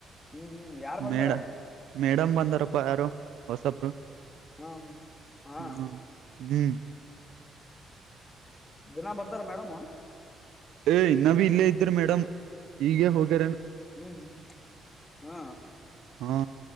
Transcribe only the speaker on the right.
ಮೇಡ ಮೇಡಂ ಬಂದಾರಪ್ಪ ಯಾರು ಹೊಸಬ್ರು
ಹ್ಮ ಹ್ಮ್
ಏ ಇನ್ನ ಭೀ ಇಲ್ಲೇ ಇದ್ರ ಮೇಡಂ ಈಗ ಹೋಗ್ಯಾರನ್
ಹಾ